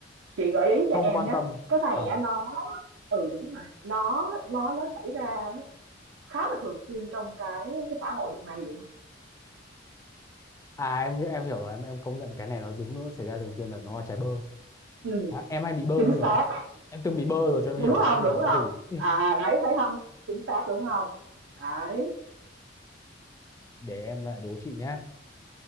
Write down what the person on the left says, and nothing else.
không
quan
tâm
Ờ.
à em hi- em hiểu rồi em em công nhận cái này nó đúng nó xảy ra thường xuyên thật nó là trái bơ
à, em hay bị bơ
nhiều
lắm em từng bị bơ rồi cho em
hiểu
em hiểu
nó
gì Ừ.
để em lại đố chị nhá